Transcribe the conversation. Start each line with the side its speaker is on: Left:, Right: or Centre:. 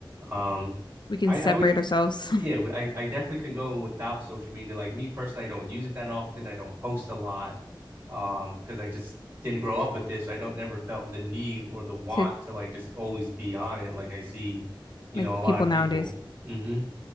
Right: um
Left: We can
Right: I,
Left: separate
Right: I would
Left: ourselves
Right: yeah, I, I definitely can go without social media. Like me personally, I don't use it that often. I don't post a lot um, because I just didn't grow up with this. So I don't never felt the need or the want
Left: <laughs> to
Right: to like just always be on it. Like I see, you
Left: like
Right: know, a lot
Left: people
Right: of
Left: nowadays.
Right: people. Mm-hmm.